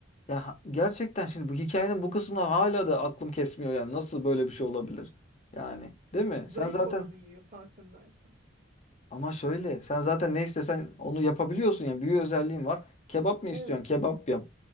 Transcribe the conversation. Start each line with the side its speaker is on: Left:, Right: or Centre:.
Left: ya ha- gerçekten şimdi bu hikayenin bu kısmına hala da aklım kesmiyor yani. Nasıl böyle bir şey olabilir? Yani değil mi?
Right: Zayıf
Left: Sen zaten
Right: olanı yiyor farkındaysan.
Left: Ama şöyle sen zaten ne istesen onu yapabiliyorsun yani büyü özelliğin var. Kebap mı istiyorsun?
Right: Evet.
Left: Kebap yap.